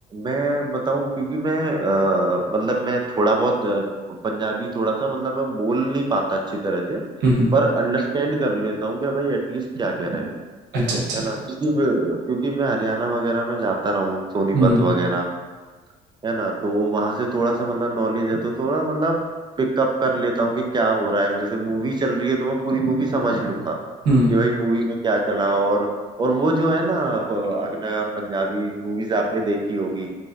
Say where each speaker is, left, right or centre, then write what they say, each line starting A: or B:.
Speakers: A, on the right; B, on the right.
A: मैं बताऊं क्योंकि मैं अ, मतलब मैं थोड़ा बहुत अ, पंजाबी थोड़ा सा मतलब मैं बोल नहीं पाता अच्छी तरह से
B: हम्म
A: पर अंडरस्टैंड कर लेता हूँ कि भाई एटलीस्ट क्या कह रहा है
B: अच्छा अच्छा
A: है ना क्योंकि मैं- क्योंकि मैं हरियाणा वगैरह में जाता रहा हूँ सोनीपत
B: हम्म
A: वगैरह है ना तो वहां से थोड़ा सा मतलब नॉलेज है तो थोड़ा मतलब पिकअप कर लेता हूँ कि क्या हो रहा है जैसे मूवी चल रही है तो मैं पूरी मूवी समझ लूंगा
B: हम्म
A: कि भाई मूवी में क्या चला और और वो जो है ना प- अपना पंजाबी मूवीज आपने देखी होगी